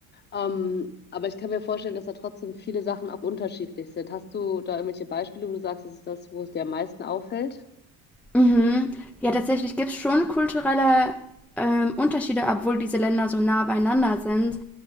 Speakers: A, on the left (about 30°); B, in the centre.
A: Ähm, aber ich kann mir vorstellen, dass da trotzdem viele Sachen auch unterschiedlich sind. Hast du da irgendwelche Beispiele, wo du sagst, das ist das, wo es dir am meisten auffällt?
B: Mhm. Ja, tatsächlich gibt es schon kulturelle ähm, Unterschiede, obwohl diese Länder so nah beieinander sind.